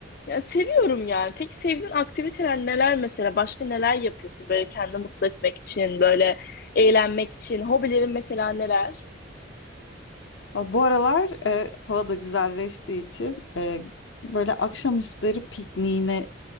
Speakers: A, on the left (about 50°); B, on the left (about 70°).
A: ya seviyorum yani. Peki sevdiğin aktiviteler neler mesela? Başka neler yapıyorsun böyle kendini mutlu etmek için, böyle eğlenmek için? Hobilerin mesela neler?
B: Ama Bu aralar e, hava da güzelleştiği için e, böyle akşamüstleri pikniğine